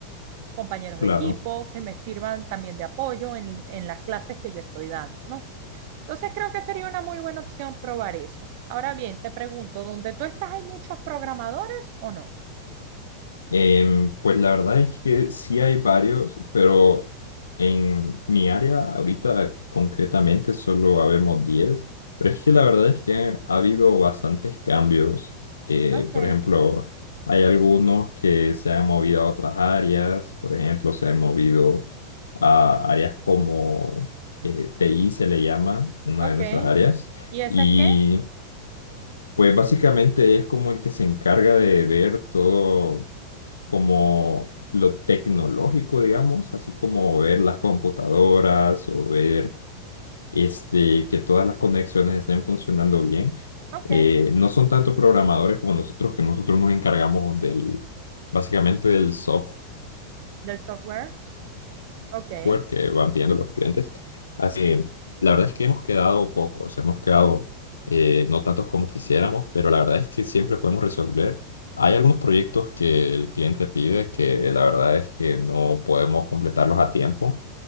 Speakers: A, on the right; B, on the left.
A: compañeros
B: claro.
A: de equipo que me sirvan también de apoyo en, en las clases que yo estoy dando, ¿no? Entonces creo que sería una muy buena opción probar eso. Ahora bien, te pregunto, ¿donde tú estás hay muchos programadores o no?
B: Em, pues la verdad es que sí hay varios, pero en mi área ahorita concretamente solo habemos 10 pero es que la verdad es que ha, ha habido bastantes cambios. Eh,
A: Ok,
B: por ejemplo, hay algunos que se han movido a otras áreas, por ejemplo, se han movido a áreas como eh, TI se le llama, una
A: ok.
B: de nuestras áreas,
A: ¿Y esa
B: y
A: es qué?
B: pues básicamente es como el que se encarga de ver todo como lo tecnológico, digamos, así como ver las computadoras o ver este, que todas las conexiones estén funcionando bien.
A: Ok,
B: Eh, no son tanto programadores como nosotros, que nosotros nos encargamos del, básicamente del software
A: del software. Ok,
B: software que van pidiendo los clientes. Así, que, la verdad es que hemos quedado pocos, hemos quedado eh, no tantos como quisiéramos, pero la verdad es que siempre podemos resolver. Hay algunos proyectos que el cliente pide que la verdad es que no podemos completarlos a tiempo,